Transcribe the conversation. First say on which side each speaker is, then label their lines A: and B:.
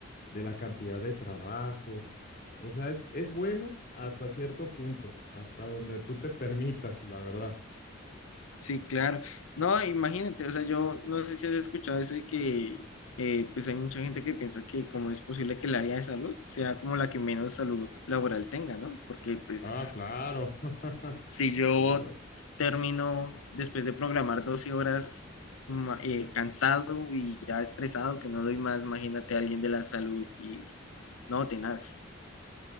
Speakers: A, on the left; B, on the left.
A: de la cantidad de trabajo. O sea, es, es bueno hasta cierto punto, hasta donde tú te permitas, la verdad.
B: Sí, claro. No, imagínate, o sea, yo no sé si has escuchado eso de que eh, pues hay mucha gente que piensa que cómo es posible que el área de salud sea como la que menos salud laboral tenga, ¿no? Porque pues
A: Ah, claro, <laughs>
B: Si yo
A: claro.
B: termino después de programar 12 horas ma- eh, cansado y ya estresado, que no doy más, imagínate a alguien de la salud y no, tenaz.